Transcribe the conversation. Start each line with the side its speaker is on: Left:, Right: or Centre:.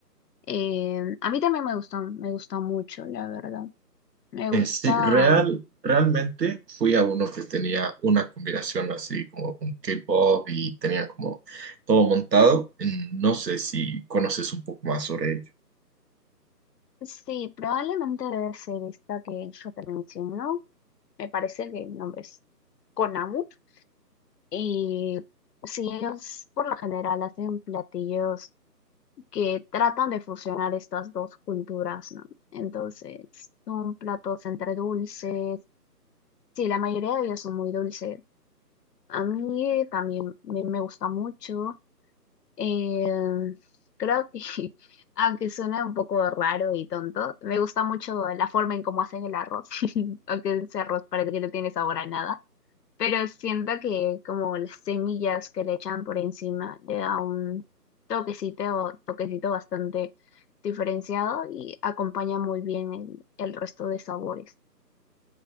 Left: Eh, a mí también me gustó, me gustó mucho, la verdad. Me
Right: Eh,
Left: gusta.
Right: sí, real, realmente fui a uno que tenía una combinación así como con K-pop y tenía como todo montado. Mm, No sé si conoces un poco más sobre ello.
Left: Sí, probablemente debe ser esta que yo te menciono. Me parece que el nombre es Konamu. Y sí, ellos por lo general hacen platillos que tratan de fusionar estas dos culturas, ¿no? Entonces, son platos entre dulces. Sí, la mayoría de ellos son muy dulces. A mí también me, me gusta mucho. Eh, creo que, <laughs> aunque suena un poco raro y tonto, me gusta mucho la forma en cómo hacen el arroz, <laughs> aunque ese arroz parece que no tiene sabor a nada, pero siento que como las semillas que le echan por encima le da un toquecito, toquecito bastante diferenciado y acompaña muy bien el, el resto de sabores.